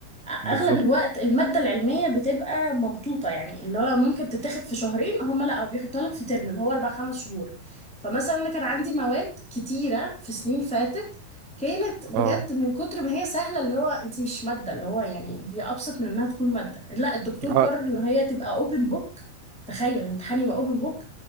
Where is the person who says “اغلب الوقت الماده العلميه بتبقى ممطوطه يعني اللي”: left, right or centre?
Centre